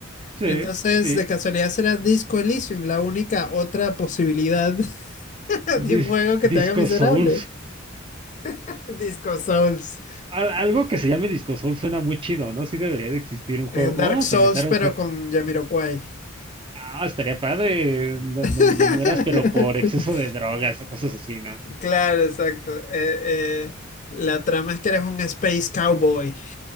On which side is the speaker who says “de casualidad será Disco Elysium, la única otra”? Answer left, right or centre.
Left